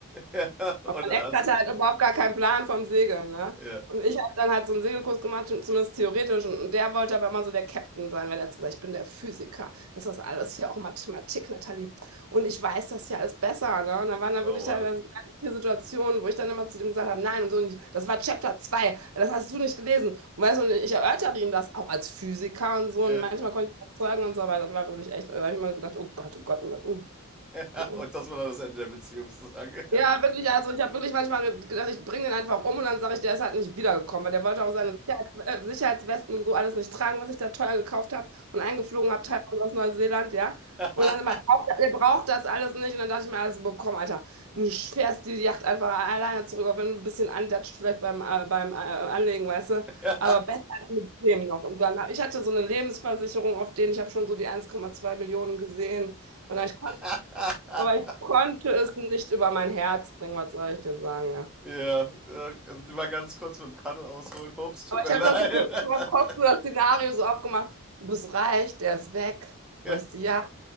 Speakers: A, in the centre; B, on the right.
A: Ja.
B: Und
A: Und
B: mein
A: dann
B: Ex
A: hast
B: hatte
A: du.
B: halt überhaupt gar keinen Plan vom Segeln, ne?
A: Ja.
B: Und ich habe dann halt so einen Segelkurs gemacht, schon zumindest theoretisch. Und der wollte aber immer so der Captain sein, weil der hat gesagt, ich bin der Physiker. Das ist alles hier auch Mathematik, Nathalie. Und ich weiß das ja alles besser, ne? Und dann waren da
A: Oh
B: wirklich teilweise
A: Mann.
B: ganz viele Situationen, wo ich dann immer zu dem gesagt habe, nein und so nicht. Das war Chapter 2. das hast du nicht gelesen. Und weißt du, und ich erörtere ihm das auch als Physiker und so.
A: Ja.
B: Und manchmal konnte ich ihn überzeugen und so, aber das war wirklich echt, da habe ich mal gedacht, oh Gott, oh Gott, oh Gott. Oh.
A: <laughs>
B: oh.
A: Und das war dann das Ende der Beziehung sozusagen.
B: Ja, wirklich, also ich habe wirklich manchmal gedacht, ich bringe den einfach um und dann sage ich, der ist halt nicht wiedergekommen, weil der wollte auch seine Sicherheits äh, Sicherheitswesten und so alles nicht tragen, was ich da teuer gekauft habe und eingeflogen habe, teilweise aus Neuseeland, ja.
A: <laughs>
B: Und dann immer, er braucht er braucht das alles nicht. Und dann dachte ich mir, alles bekommen, Alter. Du fährst die Yacht einfach alleine zurück, auch wenn du ein bisschen andatscht, vielleicht beim, äh, beim äh, Anlegen, weißt du.
A: Ja.
B: Aber besser als mit dem noch. Und dann, hab- ich hatte so eine Lebensversicherung auf den, ich habe schon so die 1,2 Millionen gesehen. Und dann, ich
A: <laughs>
B: aber ich konnte es nicht über mein Herz bringen, was soll ich dir sagen, ja.
A: Ja, äh, also mal ganz kurz mit dem Paddel ausholen. Ups, tut
B: Aber
A: mir
B: ich habe
A: leid.
B: da so kurz in meinem Kopf so
A: <laughs>
B: das Szenario so aufgemacht, du bist reich, der ist weg,
A: ja,
B: du hast die Yacht,